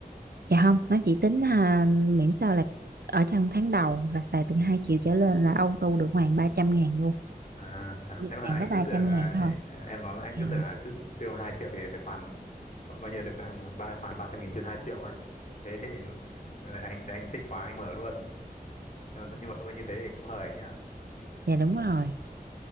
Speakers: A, on the right; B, on the left.
A: Dạ không, nó chỉ tính à, miễn sao là ở trong tháng đầu là xài từ 2 triệu trở lên là auto được hoàn 300 ngàn luôn.
B: À, à,
A: Được
B: thế mà
A: hoàn
B: anh
A: có ba
B: cứ tưởng
A: trăm
B: là-
A: ngàn thôi.
B: em nói anh
A: Ừ,
B: cứ tưởng là cứ tiêu 2 triệu thì được hoàn cậu coi như được um, ba hoàn 300 nghìn trên 2 triệu ấy. Thế thì anh thấy anh thích quá anh mở luôn. Nhưng mà nhưng mà thôi như thế thì cũng hời nhá.
A: Dạ đúng rồi.